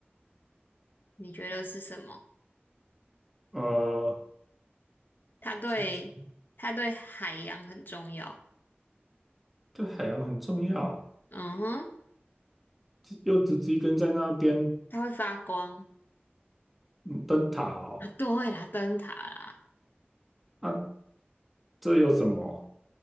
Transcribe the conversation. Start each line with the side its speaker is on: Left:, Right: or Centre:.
Left: 你觉得是什么？
Centre: 呃，
Left: 它对它对海洋很重要。
Centre: 直直对海洋很重要，
Left: 嗯哼，
Centre: 直又直直一根在那边，
Left: 它会发光。
Centre: 嗯，灯塔哦，
Left: 啊对啦，灯塔啦。
Centre: 啊，这有什么？